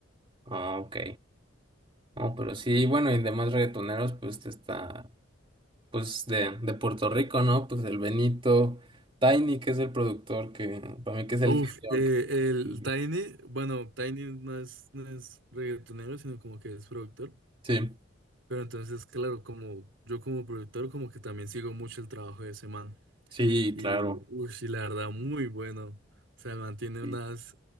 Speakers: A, on the right; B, on the right.
A: Ah, ok. Oh, pero sí, bueno, y demás reggaetoneros, pues está, pues de, de Puerto Rico, ¿no? Pues el Benito, Tiny, que es el productor, que para mí que es el
B: Uf,
A: genio.
B: eh,
A: que-
B: el
A: y-
B: Tiny, bueno, Tiny no es, no es reggaetonero, sino como que es productor,
A: Sí,
B: pero entonces, claro, como yo como productor, como que también sigo mucho el trabajo de ese man,
A: sí,
B: y,
A: claro.
B: uf, y la verdad, muy bueno, o sea, mantiene
A: y-
B: unas,